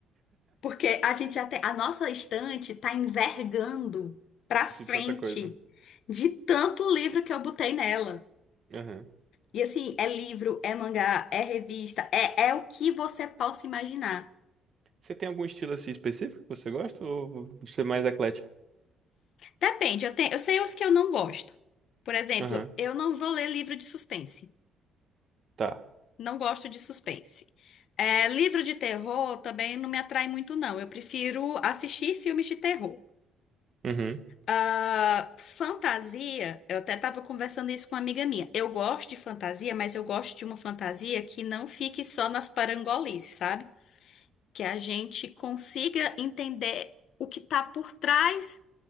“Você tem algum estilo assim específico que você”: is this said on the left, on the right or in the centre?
Right